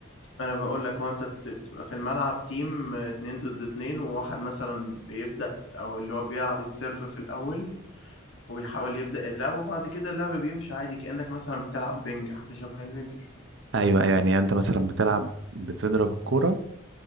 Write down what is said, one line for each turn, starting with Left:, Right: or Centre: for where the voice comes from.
Left: انا بقول لك هو انت بت- بتبقى في الملعب تيم اتنين ضد اتنين وواحد مثلا بيبدأ او اللي هو بيلعب السيرف في الاول وبيحاول يبدأ اللعب وبعد كده اللعب بيمشي عادي كأنك مثلا بتلعب بينج حاجة شبه البينج شوية
Right: ايوه ايوه يعني انت مثلا بتلعب بتضرب الكرة